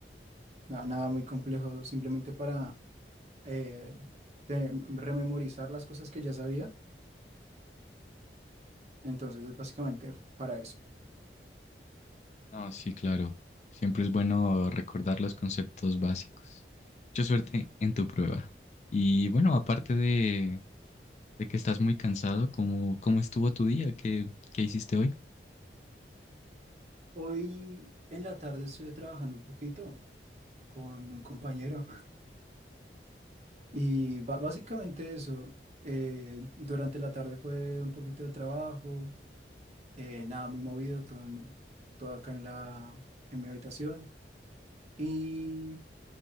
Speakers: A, on the right; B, on the left.
A: na- nada, muy complejo, simplemente para eh, te- rememorizar las cosas que ya sabía, entonces es básicamente para eso.
B: No, sí, claro. Siempre es bueno recordar los conceptos básicos. Mucha suerte en tu prueba. Y bueno, aparte de, de que estás muy cansado, ¿cómo, cómo estuvo tu día? ¿Qué, qué hiciste hoy?
A: Hoy en la tarde estuve trabajando un poquito con un compañero y ba- básicamente eso, eh, durante la tarde fue un poquito de trabajo Eh, nada, muy movido, todo, en- todo acá en la, en mi habitación. Y